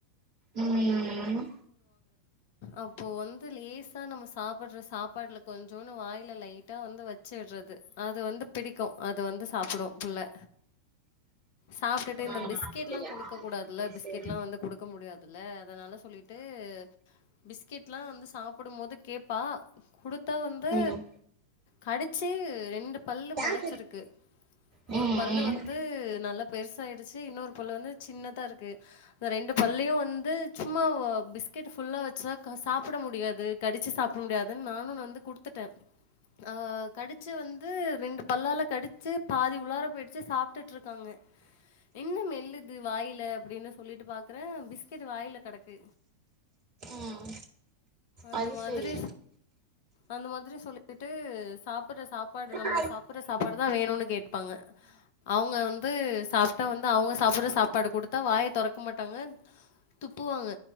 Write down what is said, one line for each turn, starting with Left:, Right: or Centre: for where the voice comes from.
Right: ம்
Left: அப்போ வந்து லேசா நம்ம சாப்டுற சாப்பாட்டுல கொஞ்சோன்னு வாய்ல லைட்டா வந்து வச் ச்சடுறது அது வந்து பிடிக்கு அது வந்து சாப்டு புள்ள சாப்ட்டுட்டு
Right: ஆ
Left: இந்த பிஸ்கெட்
Right: அப்படியா
Left: எல்லாம் குடுக்க கூடாதுல்ல
Right: சரி
Left: பிஸ்கெட்
Right: சரி
Left: எல்லாம் வந்து குடுக்க முடியாதுல்ல அதனால சொல்லிட்டு பிஸ் பிஸ்கெட்லா வந்து சாப்பிடும் போது கேட்ப்பா கொடுத்தா வந்து
Right: ம்
Left: கடிச்சு ரெண்டு பள்ளு முளச்சுருக்கு
Right: ம் ம்
Left: ஒரு பல்லு வந்து நல்ல பெருசாயிடுச்சு இன்னொரு பல்லு வந்து சின்னதா இருக்கு அ ரெண்டு பல்லையும் வந்து சும்மா பிஸ்கெட் ஃபுல்லா வச்சா சாப்பிட முடியாது கடிச்சு சாப்பிட முடியாதுன்னு நானு வந்து குடுத்துட்டே ஆ கடிச்ச வந்து ரெண்டு பல்லால கடிச்ச பாதி உளார போயிடுச்சு சாப்பிட்டுட்டு இருக்காங்க இன்ன மெல்லுத் வாயல அப்டின்னு சொல்லிட்டு பா க்குறே பிஸ் து வாயில கடக்கு
Right: ம்
Left: அந்த
Right: அது
Left: மாதிரி
Right: சரி
Left: அந்த மாதிரி சொல்லி ட்டு சாப்பிடுற சாப் சாப்பாடு
Right: ம்
Left: நம்ம சாப் சாப்புட்ற சாப்பாடுதா வேணும்னு கேட்பாங்க அவுங்க வந்து சாப் த்த வந்து அவுங்க சாப்ட்ற சாப்பாடு குடுத்தா வாய தொறக்க மாட்டாங்க துப்புவாங்க